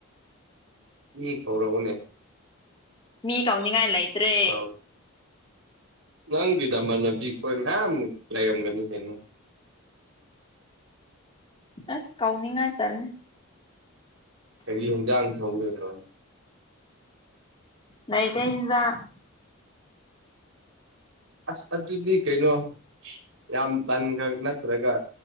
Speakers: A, on the right; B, on the left.
A: ꯏ ꯍꯧꯔꯛꯑꯣꯅꯦ
B: ꯃꯤ ꯀꯧꯅꯤꯡꯉꯥꯏ ꯂꯩꯇ꯭ꯔꯦ
A: <inaudible> ꯅꯪꯕꯤꯗꯃꯥꯟꯅꯕꯤ ꯈꯣꯏ ꯃꯌꯥꯝ ꯂꯩꯔꯝꯒꯅꯤ ꯀꯩꯅꯣ
B: ꯑꯁ ꯀꯧꯅꯤꯡꯉꯥꯏ ꯇꯜꯂꯦ
A: ꯀꯔꯤ ꯢꯟꯁꯥꯡ ꯊꯣꯡꯗꯣꯏꯅꯣ꯫
B: ꯂꯩꯇꯦ ꯍꯤꯟꯖꯥꯡ꯫
A: ꯑꯁ ꯑꯗꯨꯗꯤ ꯀꯩꯅꯣ ꯌꯥꯝ ꯀꯟꯈꯛ ꯅꯠꯇ꯭ꯔꯒ